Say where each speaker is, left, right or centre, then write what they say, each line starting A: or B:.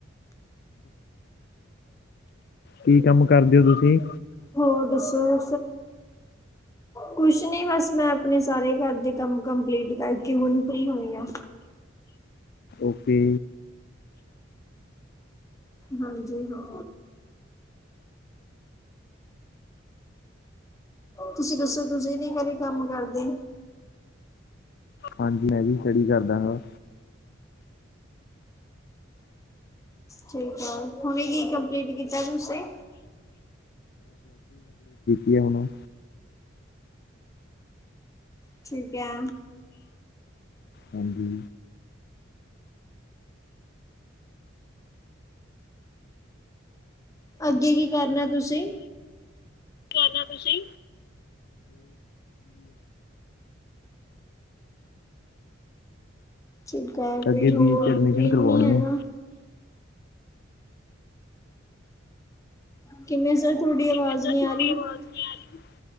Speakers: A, on the left; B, on the left.
A: ਕੀ ਕੰਮ ਕਰਦੇ ਹੋ ਤੁਸੀਂ?
B: ਹੋਰ ਦੱਸੋ ਕੁਛ ਨੀ ਬਸ ਮੈਂ ਆਪਣੇ ਸਾਰੇ ਘਰ ਦੇ ਮ ਕੰਪਲੀਟ ਕਰਕੇ ਹੁਣ ਫਰੀ ਹੋਈ ਆ।
A: ਓਕੇ।
B: ਹਾਂਜੀ ਹਾਂ ਤੁਸੀਂ ਦੱਸੋ? ਤੁਸੀਂ ਨੀ ਕਰੀ ਕੰਮ ਕਰਦੇ।
A: ਹਾਂਜੀ ਮੈਂ ਵੀ ਸਟੱਡੀ ਕਰਦਾ ਗਾ।
B: ਜਠੀ ਹੁਨ ਕੀ ਕੰਪਲੀਟ ਕੀਤਾ ਤੁਸੀ?
A: ਤੀ ਆਉਣਾ।
B: ਠੀਕ ਹੈ।
A: ਹਾਂਜੀ।
B: ਅੱਗੇ ਕੀ ਕਰਨਾ ਤੁਸੀਂ?
A: ਕੀ ਕਰਨਾ ਤੁਸੀਂਏ?
B: ਚਮਕਾ
A: ਅੱਗੇ
B: ਕੋਈ ਹੋਰ
A: ਬੀਏ ਚ ਐਡਮਿਸ਼ਨ
B: ਡਰੀਮ
A: ਕਰਵਾਉਣੀ
B: ਨੀ ਹੈਗਾ।
A: ਹੈ
B: ਕਿਵੇਂ ਸਰ ਤੁਹਾਡੀ
A: ਕਿਵੇਂ
B: ਆਵਾਜ਼
A: ਛੋਟੀ
B: ਨਹੀਂ ਆ ਰਹੀ
A: ਹੈ ਬਹੁਤ ਨਹੀਂ ਆਲੀ